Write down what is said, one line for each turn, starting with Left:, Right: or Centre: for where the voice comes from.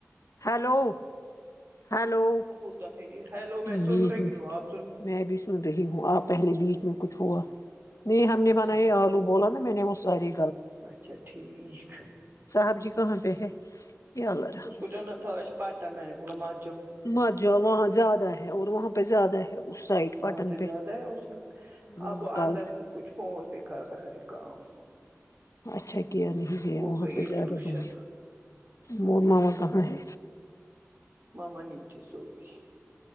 Left: ہیلو ہلو
Right: تو ہےگ ہیلو میں سن
Left: بیس
Right: رہی
Left: میں
Right: ہوں آپ سن
Left: میں بھی سن رہی ہوں آپ پہلے بیچ میں کچھ ہوا نہیں ہم نے
Right: اچھا
Left: بناائے آلو بولا نا میں نے وہ ساری
Right: اچھا ٹھیک
Left: صاحب جی کہاں پہ ہے یا اللہ رحم
Right: اس کو جو ہے ن تھا اس پاٹن میں نے ب م
Left: مج وہاں زیادہ ہے اور وہاں پہ زیادہ ہے سائڈ پٹن
Right: وہاں سے
Left: پہ
Right: زیادہ ہے اس وقت
Left: ہاں
Right: اب وہ
Left: کل
Right: اندر ہی کچھ فون پہ کر رہا ہے کام
Left: اچھا کیا نہیں گ
Right: وہ
Left: وہاں
Right: گئی
Left: پہ زیادہ
Right: ٹیوشن
Left: بہت مول ما کہاں ہے
Right: ممنیٹی سوئیی